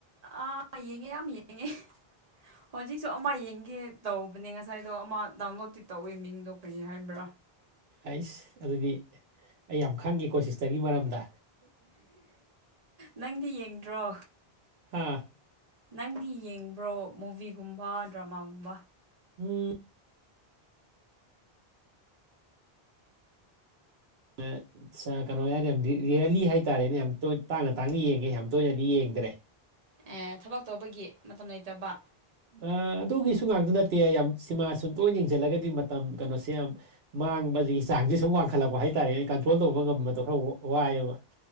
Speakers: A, on the right (about 40°); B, on the right (about 80°).
A: ꯑꯥ ꯌꯦꯡꯉꯦ ꯌꯥꯝ ꯌꯦꯡꯉꯦ ꯍꯧꯖꯤꯛꯁꯨ ꯑꯃ ꯌꯦꯡꯒꯦ ꯇꯧ ꯕꯅꯦ ꯉꯁꯥꯏꯗꯣ ꯑꯃ ꯗꯥꯎꯟꯂꯣꯗꯇꯤ ꯇꯧꯏ ꯃꯤꯡꯗꯣ ꯀꯔꯤ ꯍꯥꯏꯕ꯭ꯔꯥ
B: ꯍꯩꯁ ꯑꯗꯨꯗꯤ ꯑꯩ ꯌꯥꯝ ꯈꯪꯉꯦꯀꯣ ꯁꯤꯁꯇ꯭ꯔꯒꯤ ꯃꯔꯝꯗ
A: ꯅꯪꯗꯤ ꯌꯦꯡꯗ꯭ꯔꯣ
B: ꯍꯥꯥ
A: ꯅꯪꯗꯤ ꯌꯦꯡꯕ꯭ꯔꯣ ꯃꯨꯚꯤꯒꯨꯝꯕ ꯗ꯭ꯔꯃꯥꯒꯨꯝꯕ
B: ꯎꯝ ꯑ ꯁ ꯀꯩꯅꯣ ꯍꯥꯏꯔꯗꯤ ꯌꯥꯝ ꯔꯤꯌꯔꯂꯤ ꯍꯥꯏꯇꯥꯔꯦꯅꯦ ꯌꯥꯝ ꯇꯥꯡꯅ ꯇꯥꯡꯅ ꯌꯦꯡꯉꯦ ꯌꯥꯝ ꯇꯣꯏꯅꯗꯤ ꯌꯦꯡ ꯗ꯭ꯔꯦ
A: ꯑꯦ ꯊꯕꯛ ꯇꯧꯕꯒꯤ ꯃꯇꯝ ꯂꯩꯇꯕ
B: ꯑꯥ ꯑꯗꯨꯒꯤꯁꯨ ꯉꯥꯛꯇ ꯅꯠꯇꯦ ꯌꯥꯝ ꯁꯤꯃꯥ ꯁꯨꯝ ꯇꯣꯏꯅ ꯌꯦꯡꯖꯤꯜꯂꯒꯗꯤ ꯃꯇꯝ ꯀꯩꯅꯣꯁꯦ ꯌꯥꯝ ꯃꯥꯡꯕꯖꯤꯒꯤ ꯆꯥꯡꯁꯦ ꯁꯨꯝ ꯋꯥꯡꯈꯠꯂꯛꯄ ꯍꯥꯏ ꯇꯥꯔꯦ ꯀꯟꯇ꯭ꯔꯣꯜ ꯇꯧꯕ ꯉꯝꯕꯗꯣ ꯈꯔ ꯋꯥꯏꯌꯦꯕ